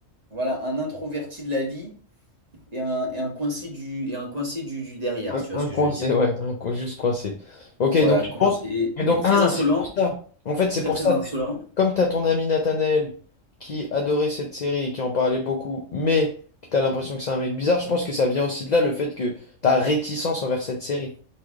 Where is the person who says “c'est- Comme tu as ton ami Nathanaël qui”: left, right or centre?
Left